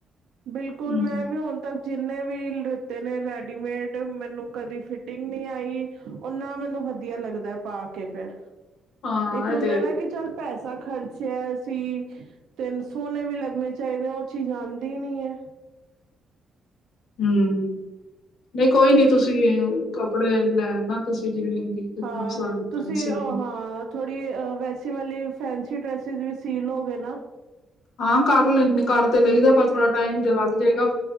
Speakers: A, on the right; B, on the left.
A: ਬਿਲਕੁਲ,
B: ਹਮ
A: ਮੈਂ ਵੀ ਹੁਣ ਤੱਕ ਜਿੰਨੇ ਵੀ ਲੁਤੇ ਨੇ ਰੈਡੀਮੇਡ, ਮੈਨੂੰ ਕਦੀ ਫਿਟਿੰਗ ਨਹੀਂ ਆਈ। ਉਹ ਨਾ ਮੈਨੂੰ ਵਧੀਆ ਲੱਗਦਾ ਪਾ ਕੇ ਫੇਰ,
B: ਹਾਂ
A: ਇੱਕ ਹੁੰਦਾ
B: ਇਹ ਤੇ ਹੈ
A: ਨਾ ਕਿ ਚੱਲ ਪੈਸਾ ਖਰਚਿਆਂ ਅਸੀਂ, ਤੇ ਸੋਹਣੇ ਵੀ ਲੱਗਣੇ ਚਾਹੀਦੇ ਹੁਣ। ਚੀਜ਼ ਆਂਦੀ ਨੀ ਐ।
B: ਹੂੰ, ਨਹੀਂ ਕੋਈ ਨੀ ਤੁਸੀਂ ਕੱਪੜੇ ਲੈ ਨਾ ਤੁਸੀਂ ਜਿਵੇਂ
A: ਹਾਂ ਤੁਸੀਂ
B: <inaudible> ਸੀ।
A: ਉਹ ਹਾਂ ਥੋੜ੍ਹੀ ਵੈਸੀ ਵਾਲੀ ਫੈਂਸੀ ਡਰੈਸਿਸ ਵੀ ਸੀਅ ਲੋ ਗੇ ਨਾ।
B: ਹਾਂ ਕਰ ਲੈਂਦੇ, ਕਰ ਤੇ ਲਈਦਾ, ਪਰ ਥੋੜਾ ਟਾਈਮ ਜਾ ਲੱਗ ਜੇਗਾ।